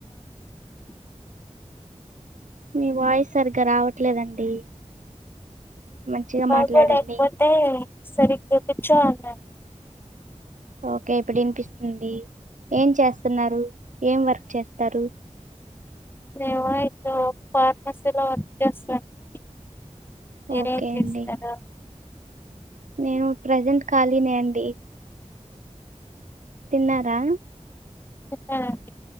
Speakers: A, on the right (about 80°); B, on the left (about 15°).
A: మీ వాయిస్ సరిగ్గా రావట్లేదండి మంచిగా
B: బాగోలేకపోతే
A: మాట్లాడండి
B: సరి ఇక్కడ కూచునన్
A: ఓకే ఇప్పుడు వినిపిస్తుంది ఏం చేస్తున్నారు ఏం వర్క్ చేస్తారు.
B: <unintelligible> ఫార్మసీలో వర్క్ చేస్తున అండి <unintelligible>
A: ఓకే
B: చేస్తారో
A: అండి నేను ప్రజెంట్ కాలీనే అండి తిన్నారా
B: తిన్నారండి